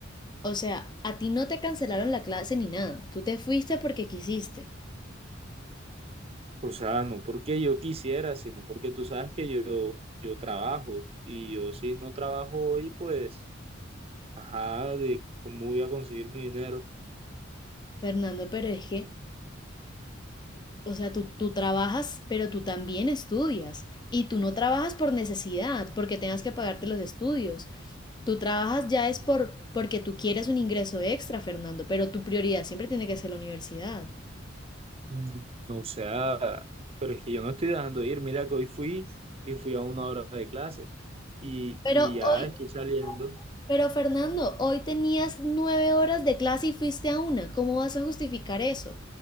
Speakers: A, on the left; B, on the right.
A: o sea, a ti no te cancelaron la clase ni nada. Tú te fuiste porque quisiste.
B: O sea, no porque yo quisiera, sino porque tú sabes que yo, yo trabajo y yo si no trabajo hoy, pues, ajá, de cómo voy a conseguir mi dinero.
A: Fernando, pero es que, o sea, tú, tú trabajas, pero tú también estudias. Y tú no trabajas por necesidad, porque tengas que pagarte los estudios. Tú trabajas ya es por porque tú quieres un ingreso extra, Fernando, pero tu prioridad siempre tiene que ser la universidad.
B: Mm, O sea, pero es que yo no estoy dejando de ir. Mira que hoy fui y fui a una hora de clase y,
A: Pero
B: y
A: hoy,
B: ya estoy saliendo.
A: pero Fernando, hoy tenías nueve horas de clase y fuiste a una. ¿Cómo vas a justificar eso?